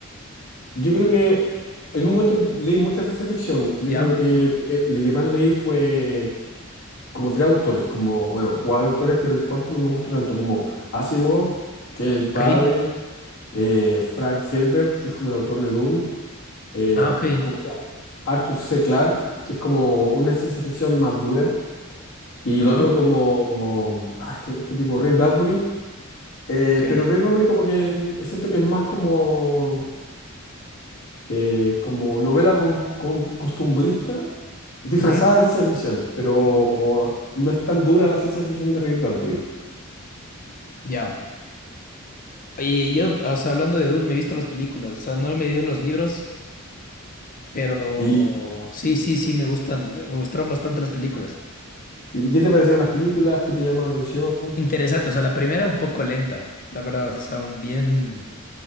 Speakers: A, on the left; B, on the left.
A: Yo creo que en un momento leí mucha ciencia ficción. Yo
B: Ya,
A: creo que lo que, lo que más leí fue como tres autores, como, bueno, cuatro autores, pero el cuarto no me gusta tanto, como Asimov, que es el padre,
B: ok.
A: eh, Frank Herbert, que es como el autor de Dune, eh,
B: Ah, ok.
A: ¿cómo se llama? Arthur C. Clarke, que es como una ciencia ficción más dura, y
B: Ajá,
A: el otro como, ah, este, este tipo, Ray Bradbury, eh,
B: ok.
A: pero Ray Bradbury como que mm, siento que es más como eh, como novela con- con- costumbrista disfrazada
B: Ujú,
A: de ciencia ficción, pero no es tan dura la ciencia ficción de Ray Bradbury.
B: Ya. Oye, yo, o sea, hablando de Dune, me he visto las películas, o sea, no me he leído los libros, pero
A: ¿Y,
B: sí, sí, sí me gustan, me me gustaron bastante las películas.
A: y qué te parecieron las películas? ¿Qué te llamó la atención?
B: Interesante, o sea, la primera un poco lenta, la verdad, o sea, un bien